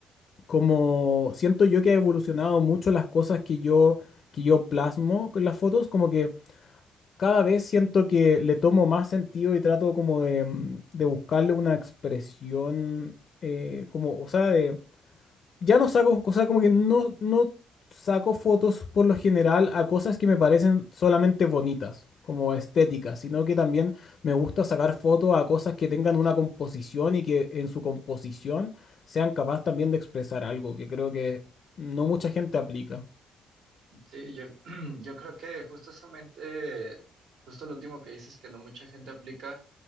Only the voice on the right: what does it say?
Sí, yo, <clears throat> yo creo que justamente, justo lo último que dices, que no mucha gente aplica,